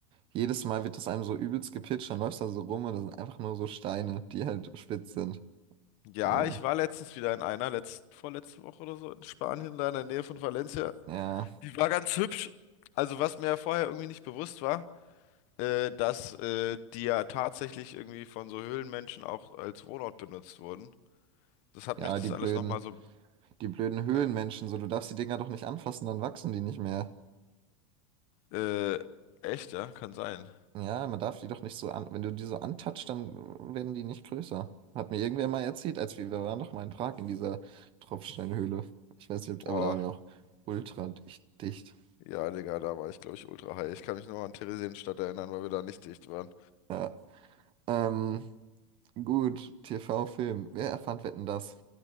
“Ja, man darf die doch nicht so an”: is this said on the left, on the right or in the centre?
Right